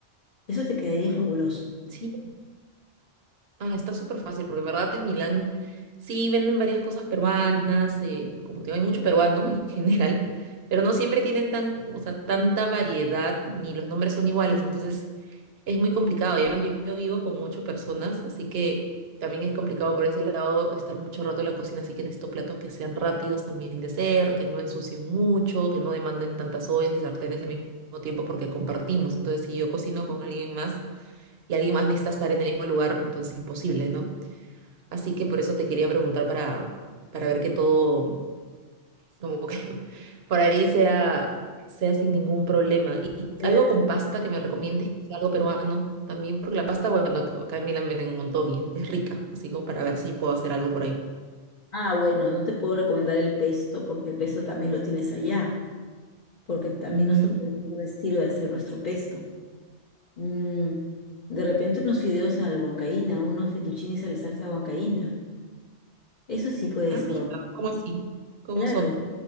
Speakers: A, on the left; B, on the right.
A: Eso te quedaría fabuloso.
B: Sí. Ah, está súper fácil, porque en verdad en Milán sí venden varias cosas peruanas, eh, pues, como te digo, hay mucho peruano en <laughs> general, pero no siempre tienen tan, o sea, tanta variedad, ni los nombres son iguales. Entonces Es muy complicado y además yo, yo vivo con ocho personas, así que también es complicado por ese lado estar mucho rato en la cocina, así que necesito platos que sean rápidos también de hacer, que no ensucien mucho, que no demanden tantas ollas y sartenes al mismo tiempo porque compartimos. Entonces, si yo cocino con alguien más y alguien más necesita estar en el mismo lugar, entonces es imposible, ¿no? Así que por eso te quería preguntar para, para ver que todo, como que <laughs> por ahí sea, sea sin ningún problema. Y
A: Claro.
B: algo con pasta que me recomiendes, quizá algo peruano también, porque la pasta, bueno, ac- acá en Milán venden un montón y es rica, así como para ver si puedo hacer algo por ahí.
A: Ah, bueno, no te puedo recomendar el pesto porque el pesto también lo tienes allá, porque también
B: Ujú.
A: nosotros tenemos un estilo de hacer nuestro pesto. Mm, de repente unos fideos a la huancaína, unos fettuccines a la salsa huancaína. Eso sí puedes
B: Ah, mira,
A: probar.
B: ¿cómo así? ¿Cómo
A: Claro,
B: son?